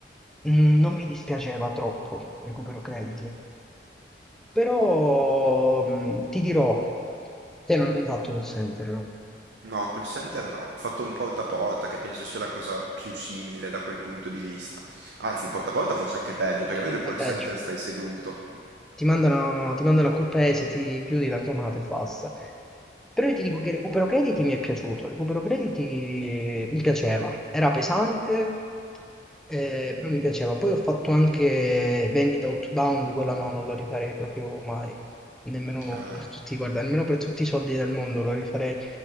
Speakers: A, in the centre; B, on the right.
A: mm, non mi dispiaceva troppo recupero crediti, però mm, ti dirò, te non hai mai fatto call center, no?
B: No, call center no. Ho fatto un porta a porta che penso sia la cosa più simile da quel punto di vista. Anzi, il porta a porta forse anche peggio, perché almeno il
A: È
B: call
A: peggio.
B: center stai seduto.
A: Ti mandano, ti mandano a quel paese, ti chiudi la chiamata e basta. Però io ti dico che Recupero Crediti mi è piaciuto, Recupero Crediti eh, mi piaceva, era pesante, eh, però mi piaceva. Poi ho fatto anche Vendita Outbound, quella no, non la rifarei proprio mai, nemmeno
B: Ah,
A: per tutti, guarda, nemmeno per tutti i soldi del mondo la rifarei,